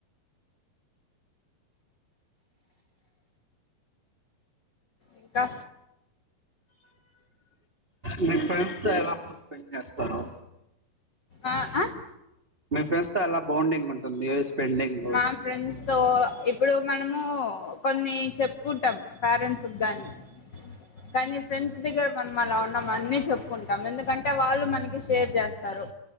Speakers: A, on the left; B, on the right.
A: ఇంకా
B: మీ ఫ్రెండ్స్ త ఎలా స్పెండ్ చేస్తారు
A: ఆ ఆ
B: మీ ఫ్రెండ్స్ తో అలా బాండింగ్ ఉంటుంది స్పెండింగ్
A: మా ఫ్రెండ్స్ తో ఇప్పుడు మనము కొన్ని చెప్పుకుంటాం పేరెంట్స్ గాని కానీ ఫ్రెండ్స్ దగ్గర మన అలా ఉన్నాం అన్ని చెప్పుకుంటాం ఎందుకంటే వాళ్ళు మనకి షేర్ చేస్తారు